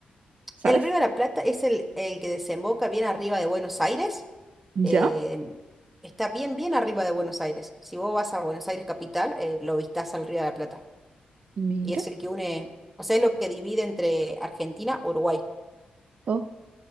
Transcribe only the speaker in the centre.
El río de la Plata es el, el que desemboca bien arriba de Buenos Aires,
em, está bien, bien arriba de Buenos Aires. Si vos vas a Buenos Aires capital, eh, lo vistás al río de la Plata,
y es el que une, o sea, es lo que divide entre Argentina y Uruguay.